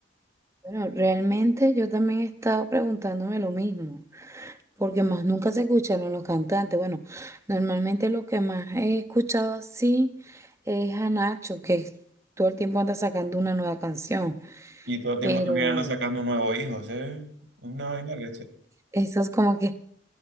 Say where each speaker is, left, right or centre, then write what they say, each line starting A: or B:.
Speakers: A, on the right; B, on the right.
A: Bueno, realmente yo también he estado preguntándome lo mismo, porque más nunca se escucharon los cantantes. Bueno, normalmente lo que más he escuchado así es a Nacho, que todo el tiempo anda sacando una nueva canción,
B: Y todo el tiempo
A: pero
B: también andan sacando nuevos hijos, ¿eh? Una vaina que...
A: eso es como que